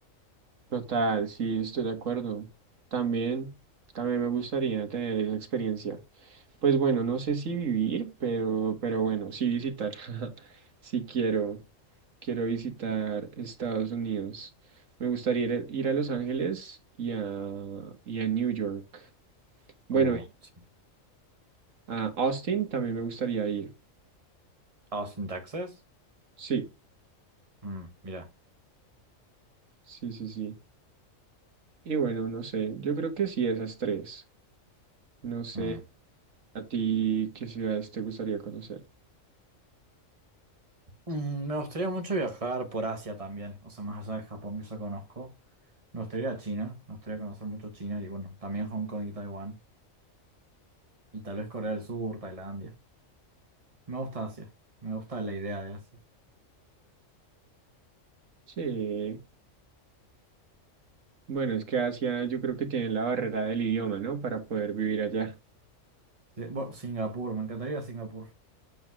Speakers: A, on the right (about 75°); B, on the right (about 25°).
A: Total, sí, estoy de acuerdo. También, también me gustaría tener esa experiencia. Pues bueno, no sé si vivir, pero, pero bueno, sí visitar. <laughs> Sí quiero, quiero visitar Estados Unidos. Me gustaría ir, a ir a Los Ángeles y a, y a New York. Bueno,
B: Uh,
A: y
B: sí.
A: a, a Austin también me gustaría ir.
B: Austin, Texas.
A: Sí,
B: Mm, mira.
A: sí, sí, sí. Y bueno, no sé, yo creo que sí, esas tres. No sé,
B: Mm.
A: a ti, ¿qué ciudades te gustaría conocer?
B: Mm, me gustaría mucho viajar por Asia también, o sea, más allá de Japón que ya conozco. Me gustaría ir a China, me gustaría conocer mucho China y bueno, también Hong Kong y Taiwán. Y tal vez Corea del Sur, Tailandia. Me gusta Asia. Me gusta la idea de Asia.
A: Sí, bueno, es que Asia yo creo que tienen la barrera del idioma, ¿no? Para poder vivir allá.
B: Sí, bueno, Singapur, me encantaría ir a Singapur.